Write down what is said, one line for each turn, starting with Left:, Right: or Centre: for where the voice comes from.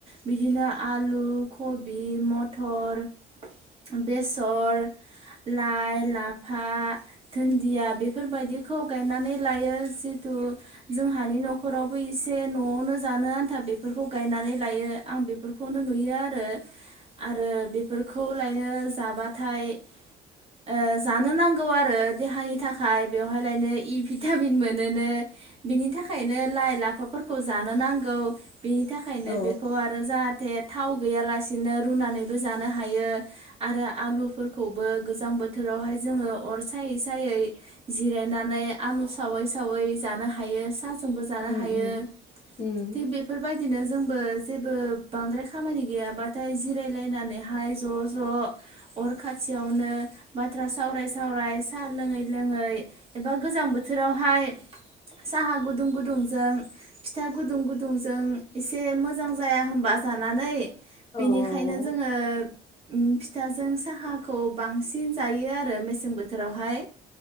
Right: बिदिनो आलु कबि मथर <inaudible> बेसर लाइ लाफा दुन्दिया बेफोरबायदिखौ गायनानै लायो जितु जोंहानि न'खरावबो एसे न'आवनो जानो आन्था बेफोरखौ गायनानै लायो आं बेफोरखौनो नुयो आरो आरो बे बेफोरखौ लायनो जाबाथाय ओ जानो नांगौ आरो देहानि थाखाय बेवहाय लायनो इ भिटामिन मोनोनो। बिनि थाखायनो लाइ लाफा फोरखौ जानो नांगौ। बेनि थाखायनो
Left: औ
Right: बेखौ आरो जा थे थाव गैयालासिनो रुनानैबो जानो हायो आरो आलुफोरखौबो गोजां बोथोरावहाय जोङो अर सायै सायै जिरायनानै आलु सावै सावै जानो हायो। थाजोंबो जानो
Left: उम
Right: हायो
Left: उम उम
Right: थिग बेफोरबायदिनो जोंबो जेबो बांद्राय खामानि गैयाबाथाय जिरायलायनानै बाहाय ज' ज' अर खाथियावनो बाथ्रा सावराय सावराय साहा लोङै लोङै एबा गोजां बोथोरावहाय साहा गुदुं गुदुंजों फिथा गुदुं गुदुंजों एसे मोजां जाया होनबा जानानै
Left: औ
Right: बेनिखायनो
Left: औ
Right: जोङो उम फिथाजों साहाखौ बांसिन जायो आरो मेसें बोथोरावहाय